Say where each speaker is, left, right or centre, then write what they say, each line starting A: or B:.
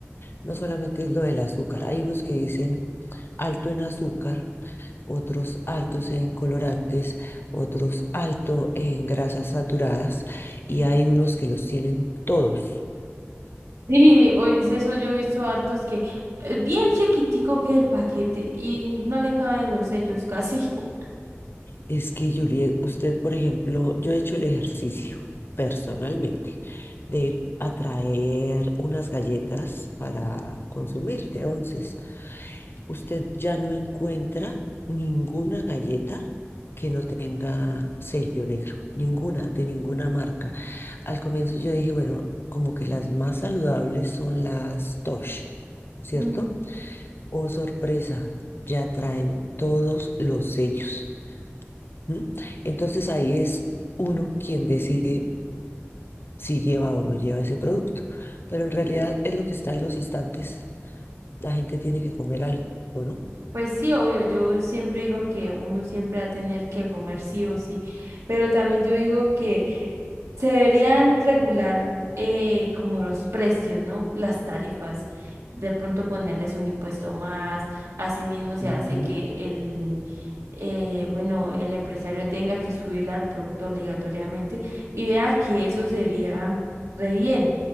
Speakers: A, on the left; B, on the right.
A: no solamente es lo del azúcar, hay unos que dicen alto en azúcar, otros altos en colorantes, otros alto en grasas saturadas y hay unos que los tienen todos.
B: <laughs> sí, hoy dice eso, yo he visto hartos que eh, bien chiquitico que es el paquete y no le caben los sellos casi. <laughs>
A: Es que, Juliet, usted, por ejemplo, yo he hecho el ejercicio personalmente de ir a traer unas galletas para consumir de onces usted ya no encuentra ninguna galleta que no tenga sello negro, ninguna, de ninguna marca. Al comienzo yo dije, bueno, como que las más saludables son las Tosh, ¿cierto?
B: Mm,
A: Oh, sorpresa, ya traen todos los sellos. ¿m? Entonces ahí es uno quien decide si lleva o no lleva ese producto. Pero en realidad
B: sí.
A: es lo que está en los estantes. La gente tiene que comer algo, ¿no?
B: Pues sí, obvio, yo siempre digo que uno siempre va a tener que comer sí o sí, pero también yo digo que Se deberían regular eh, como los precios, ¿no? Las tarifas. De pronto ponerles un impuesto más. Asimismo se
A: Ujú.
B: hace que el, eh, bueno, el empresario tenga que subir al producto obligatoriamente y vea que eso sería re bien.